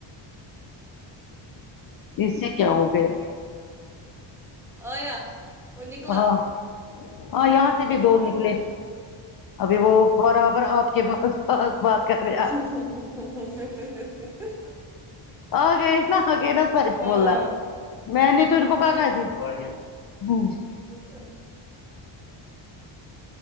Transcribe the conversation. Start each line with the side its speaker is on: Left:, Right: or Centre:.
Left: اس سے کیا ہو گیا
Centre: آیا وہ نکلا
Left: ہاں ہاں یہاں سے بھی دو نکلے ابھی وہ برابر آپ کے پاس پاس بات کریں
Centre: <unintelligible>
Left: آگئے ناں آگئے نا ساچ
Centre: ہاں
Left: بولنا میں نے تو ان کو بھگا دیا ہمم
Centre: ا <inaudible>